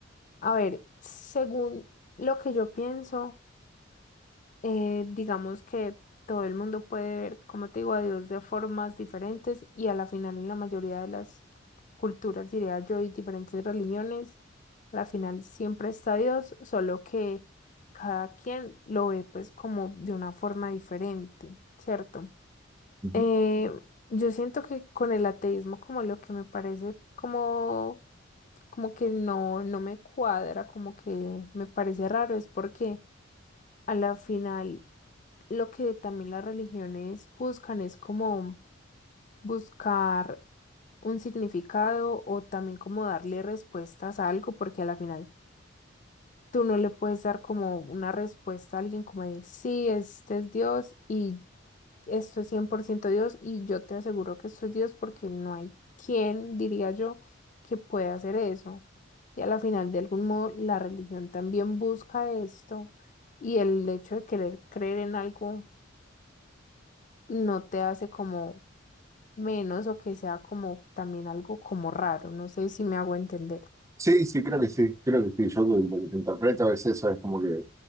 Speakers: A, on the left (about 40°); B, on the right (about 15°).
A: a ver, según lo que yo pienso, eh, digamos que todo el mundo puede ver, como te digo, a Dios de formas diferentes y a la final en la mayoría de las culturas, diría yo, y diferentes religiones, a la final siempre está Dios, solo que cada quien lo ve pues como de una forma diferente, ¿cierto?
B: Ujú.
A: Eh, yo siento que con el ateísmo como lo que me parece como, como que no, no me cuadra, como que me parece raro, es porque a la final lo que también las religiones buscan es como buscar un significado o también como darle respuestas a algo, porque a la final tú no le puedes dar como una respuesta a alguien como de sí, este es Dios y esto es 100% Dios y yo te aseguro que esto es Dios porque no hay quien, diría yo, que pueda hacer eso. Y a la final, de algún modo, la religión también busca esto y el hecho de querer creer en algo no te hace como menos o que sea como también algo como raro. No sé si me hago entender.
B: Sí, sí, creo que sí, creo que sí. Yo lo lo que te interpreto es eso, es como que